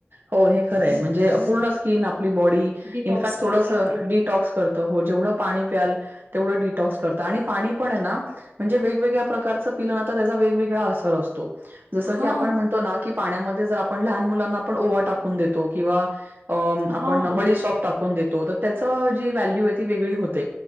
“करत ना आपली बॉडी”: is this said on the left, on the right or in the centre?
Right